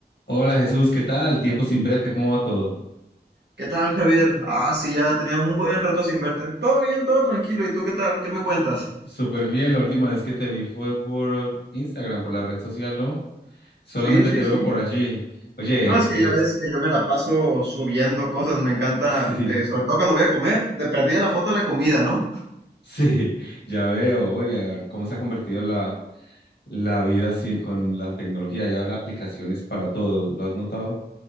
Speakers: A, on the left (about 75°); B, on the right (about 75°).
A: Hola Jesús, ¿qué tal? Tiempo sin verte, ¿cómo va todo?
B: ¿Qué tal, Javier? Ah, sí, ya tenía un buen rato sin verte. Todo bien, todo tranquilo. ¿Y tú qué tal? ¿Qué me cuentas?
A: Súper bien, la última vez que te vi fue por Instagram, por la red social, ¿no? Solamente
B: Sí, sí,
A: te veo
B: sí.
A: por allí. Oye,
B: No, es que
A: ¿qué?
B: ya
A: ex-
B: ves que yo me la paso subiendo cosas, me encanta,
A: <laughs> sí,
B: eh, sobre todo cuando voy a comer, de perdida la foto de la comida, ¿no?
A: sí, ya veo. Oye, cómo se ha convertido la, la vida así con la tecnología. Ya habrá aplicaciones para todo, ¿lo has notado?